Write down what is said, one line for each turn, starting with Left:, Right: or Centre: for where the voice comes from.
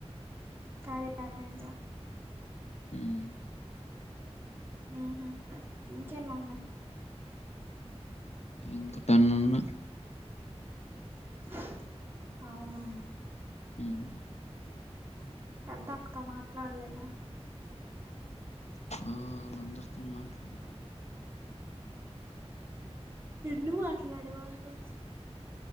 Right: కార్య యాప్ నుంచా
Left: హ్మ్
Right: ఉహు ఇంకేని ఉన్నాయి
Left: ఇంకటెన్ను ఉన్నయి
Right: బ్లాంక్ అవునా
Left: ఉమ్
Right: పెద్దక్కతో మాట్లాడలేదా
Left: ఆ అందరితో మాట్లాడ
Right: ఎందుకు మాట్లాడావు వాళ్ళతోని